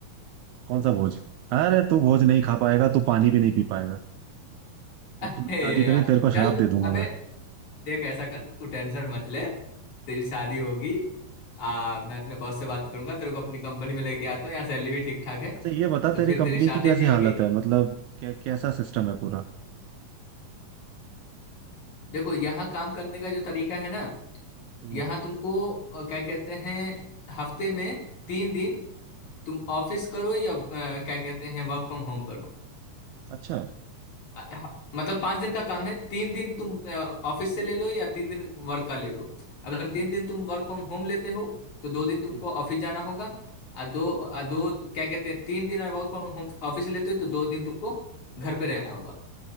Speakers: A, on the right; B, on the left.
A: कौन सा भोज अरे तू भोज नहीं खा पाएगा तू पानी भी नहीं पी पाएगा
B: <laughs>
A: और
B: अरे
A: तूने शादी करी
B: यार
A: तेरे को शराब
B: चल
A: दे दूंगा
B: अबे
A: मैं
B: देख ऐसा कर
A: <laughs>
B: तू टेंशन मत ले तेरी शादी होगी आ मैं अपने बॉस से बात करूंगा तेरे को अपनी कंपनी में लेके आता हूँ यहाँ सैलरी भी ठीक ठाक है
A: अच्छा ये बता
B: तो
A: तेरी
B: फिर
A: कंपनी
B: तेरी शादी
A: की कैसी
B: भी होगी
A: हालत है मतलब क्या कैसा सिस्टम है पूरा
B: देखो यहाँ काम करने का जो तरीका है ना
A: हम्म
B: यहाँ तुमको अ, क्या कहते हैं हफ्ते में तीन दिन तुम ऑफिस करो या अ, क्या कहते हैं वर्क फ्रॉम होम करो
A: अच्छा
B: अ, ह- मतलब पांच दिन का काम है तीन दिन तुम अ, ऑफिस से ले लो या तीन दिन वर्क का ले लो अगर तीन
A: ओके।
B: दिन तुम वर्क फ्रॉम होम लेते हो तो दो दिन तुमको
A: हम्म,
B: ऑफिस जाना होगा और दो और दो क्या कहते हैं तीन दिन वर्क फ्रॉम होम ऑफिस लेते हो तो दो दिन तुमको घर पे रहना होगा